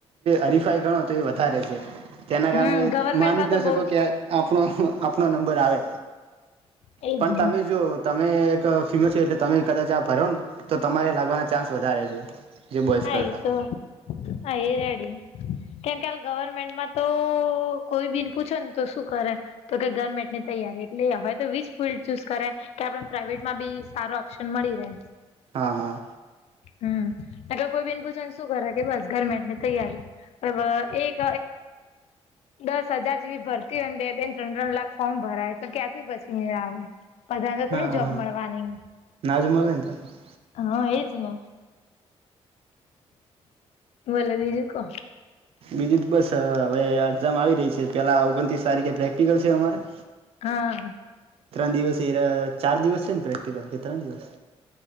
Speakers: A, on the right; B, on the left.
A: હરીફાઈ ગણત તો એ વધારે છે તેના
B: હમ
A: કારણે
B: ગવર્મેન્ટમાં
A: માની
B: તો
A: જ ન
B: બઉ
A: શકો કે આપણો આપડો આપનો નંબર આવે
B: એજને
A: પણ તમે જો તમે એક ફેમેલ છો એટલે તમે કદાચ આ ભરોને તો તમારે લાગવાના ચાન્સ વધારે છે જે બોઈસ
B: હ
A: કરતા
B: તો હા એ રેડી કેમ કાલ ગવર્મેન્ટમાં તો કોઈ બીન પૂછો ને તો શું કરે તો કે ગવર્મેન્ટની તૈયારી એટલે હવે તો વીજ ફિલ્લડ ચૂઝ કરે કે આપડે પ્રાઈવેટ માં બી સારો ઓપ્શન મળી રહે
A: હા હા
B: હમ ત કોઈ બેન પૂછેને શું કર કે બસ ગરમેન્ટની તૈયારી એક દસ હજાર જેવી ભરતી હોય બે બેન ત્રણ ત્રણ લાખ ફોર્મ ભરાય તો ક્યાંથી પછી મે આવે બધા તો થોડી
A: હા
B: જોબ
A: હા
B: મળવાની
A: ના જ મળે ને ત
B: હા એજ ને ભલે બીજું કો
A: બીજું બસ હવે એક્ઝામ આવી રહી છે પેલા ઓગણત્રીસ તારીખે પ્રેક્ટિકલ છે અમારે
B: હા
A: ત્રણ દિવસ એ ચાર દિવસ છે ને પ્રેક્ટિકલ કે ત્રણ દિવસ